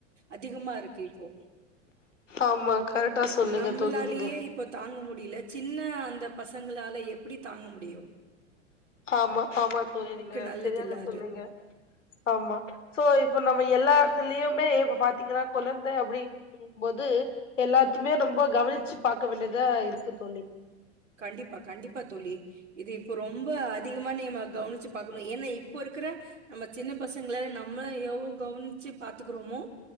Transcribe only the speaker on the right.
அதிகமா இருக்கு இப்போ
நம்மளாலேயே
இப்போ தாங்க முடில சின்ன அந்த பசங்களால எப்படி தாங்க முடியு
நல்லதில்ல
அது.
கண்டிப்பா கண்டிப்பா தோழி இது இப்ப ரொம்ப அதிகமானிங்க கவனிச்சு பாக்கணு ஏன்னா இப்போ இருக்குற நம்ம சின்ன பசங்க நம்மள எவ்வளவு கவுனிச்சு பாத்துக்கிறோமோ